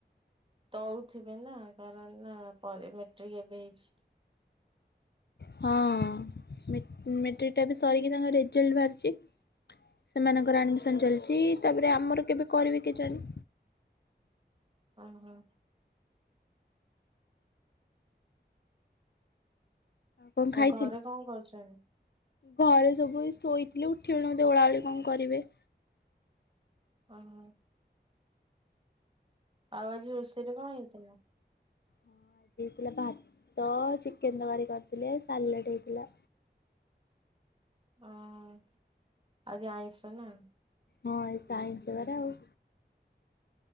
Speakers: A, on the right (about 30°); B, on the left (about 65°).
A: ଦଉଥିବେ ନା କାରଣ ନା ପରେ ମେଟ୍ରିକ ଏବେ ହେଇଚି।
B: ହଁ ମେଟ୍ରିକଟା ବି ସରିକି ତାଙ୍କ ରେଜଲ୍ଟ ବାହାରଚି। ସେମାନଙ୍କର ଆଡମିସନ ଚାଲିଚି। ତାପରେ ଆମର କେବେ କରିବି କେ ଜାଣି?
A: ଓ ହୋ
B: କଣ
A: ଆଉ
B: ଖାଇଥିଲୁ?
A: ଘରେ କଣ କରୁଛନ୍ତି?
B: ଘରେ ସବୁ ଶୋଇଥିଲେ ଉଠିବେଣି ବୋଧେ ଓଳାଓଳି କଣ କରିବେ।
A: ଓହୋ। ଆଉ ଆଜି ରୋଷେଇରେ କଣ ହେଇଥିଲା?
B: ହଁ ଆଜି ହେଇଥିଲା ଭାତ ଚିକେନ ତକାରି କରିଥିଲେ ସାଲେଟ୍ ହେଇଥିଲା।
A: ଓହୋ ଆଜି ଆଇଁଷ ନା?
B: ହଁ ଆଜି ତ ଆଇଁଷ ବାର ଆଉ।